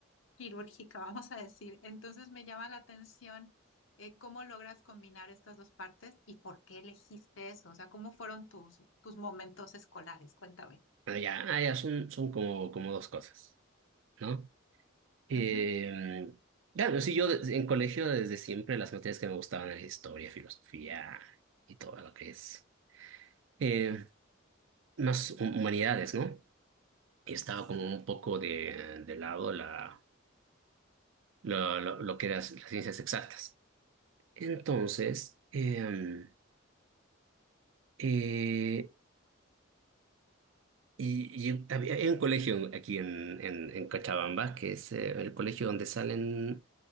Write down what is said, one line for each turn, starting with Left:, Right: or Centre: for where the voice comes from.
Left: quirúrgica, <laughs> vamos a decir. Entonces me llama la atención eh, cómo logras combinar estas dos partes y por qué elegiste eso. O sea, ¿cómo fueron tus, tus momentos escolares? Cuéntame.
Right: Bueno, ya, ah, ya son, son como, como dos cosas, ¿no? Eh,
Left: Ujú,
Right: claro, sí, yo desde- en colegio desde siempre las materias que me gustaban eran historia, filosofía y todo lo que es eh, más hu- humanidades, ¿no? Y estaba
Left: Sí.
Right: como un poco de, de lado la, lo, lo, lo que eran las ciencias exactas. Entonces, em, eh, Y, y había- hay un colegio aquí en, en, en Cochabamba, que es eh, el colegio donde salen,